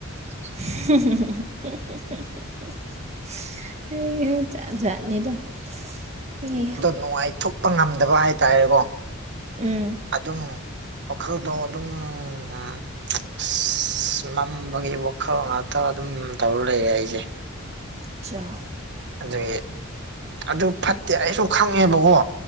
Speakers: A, on the right; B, on the right.
A: <unintelligible> ꯑꯁ ꯍꯩ ꯍꯥ ꯖꯥꯠ ꯖꯥꯠꯅꯤꯗ <unintelligible>
B: ꯅꯨꯡꯉꯥꯏꯊꯣꯛ ꯀꯄ ꯉꯝꯗꯕ ꯍꯥꯏꯇꯥꯔꯦꯀꯣ
A: ꯎꯝ
B: ꯑꯗꯨꯝ ꯋꯥꯈꯜꯗꯣ ꯑꯗꯨꯝ <unintelligible> ꯑꯁ ꯅꯝꯕꯒꯤ ꯋꯥꯈꯜ ꯉꯥꯛꯇ ꯑꯗꯨꯝ ꯇꯧꯔ ꯂꯩꯔꯦ ꯑꯩꯁꯦ
A: ꯆꯥꯎ
B: ꯑꯗꯨꯒꯤ ꯑꯗꯨ ꯐꯠꯇꯦ ꯑꯩꯁꯨ ꯈꯪꯉꯦꯕꯀꯣ